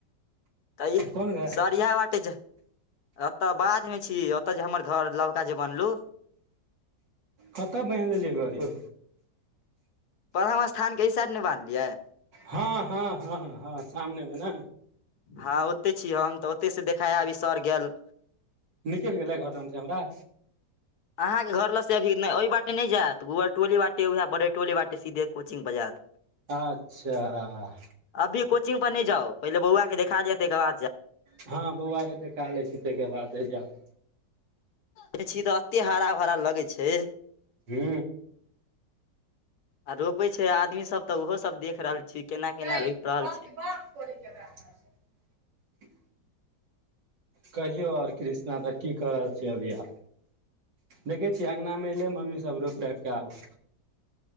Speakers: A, on the left (about 65°); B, on the right (about 80°).
A: त इ
B: कोन घर
A: स इह बाटे जा एतऽ बाध में छी ओतऽ जे हमर घर लबका जे बनलू
B: कतऽ बान्हि लेलियै घड़ यो
A: ब्रह्मस्थान के एहि साड नहि बान्हलियै
B: हँ- हँ- हँ - हँ सामनेमे ने।
A: हँ, ओते छी हम तऽ ओते से देखाय अभी सर गेल।
B: निकलि गेलै घरमे से हमरा
A: अहाँ के घर ल से अभी ने ओहि बाटे नहि जायत गुअर टोली बाटे उएह बड़े टोली बाटे सीधे कोचिंग पर जायत
B: अच्छा
A: अभी कोचिंग पर नहि जाउ पहिले बौआ के देखााय दियऽ तैयके बाद जायब
B: हँ, बौआ के देखा लै छी तैयके बादे जायब
A: देखै छी तऽ एते हरा भरा लगै छै,
B: हू।
A: आ रोपे छै आदमी सब तऽ ओहो सब देख रहल छै। केना केना
B: गै
A: रोपि रहल
B: कहलके बात करै छै ओकरा संगे। कहियऔ और कृष्णा तऽ की क रहल छियै अभी आ देखै छियै अँगनामे एयलै मम्मीसभ रोपि रापि कऽ आब